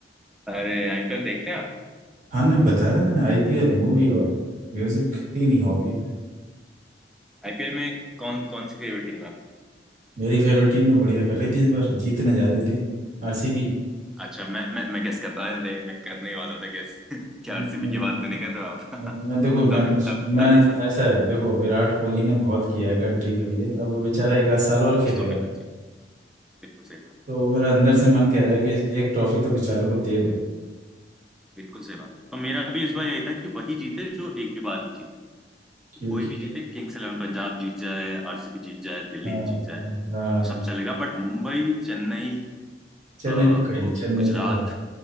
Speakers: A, in the centre; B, on the right.
A: अरे आईपीएल देखते हैं आप
B: हाँ नहीं बताया था मैंने आईपीएल मूवी और म्यूजिक तीन ही हॉबी है
A: आईपीएल में कौन कौन सी फेवरेट टीम है आपकी
B: मेरी फेवरेट टीम तो बढ़िया कर रही थी इस बार जीतने जा रही थी आरसीबी
A: अच्छा मैं मैं मैं गेस करता अरे मैं करने ही वाला था गेस <laughs> क्या
B: मैं
A: आरसीबी की बात तो नहीं कर रहे हो
B: देखो मैं
A: तभी
B: तो
A: तभी
B: मैं
A: तभी सच
B: ऐसा है देखो विराट कोहली ने बहुत किया है कंट्री के लिए अब वो बेचारा एक आध साल और खेलेगा
A: उसको मिलना चाहिए बिल्कुल सही बात
B: तो मेरा अंदर से मन
A: बिल्कुल
B: कह रहा है कि एक ट्रॉफी तो बेचारे को दे दो
A: बिल्कुल सही बात तो मेरा भी इस बार यही था कि वही जीते जो एक भी बार नहीं जीते तो
B: क्योंकि
A: कोई भी जीते किंग्स इलेवन पंजाब जीत जाए आरसीबी जीत जाए दिल्ली
B: हाँ
A: जीत जाए
B: हाँ
A: मेरे
B: हाँ,
A: को सब चलेगा बट मुंबई चेन्नई
B: चेन्नई
A: अ,
B: तो कही
A: गु-
B: चेन्नई
A: गुजरात
B: तो बाहर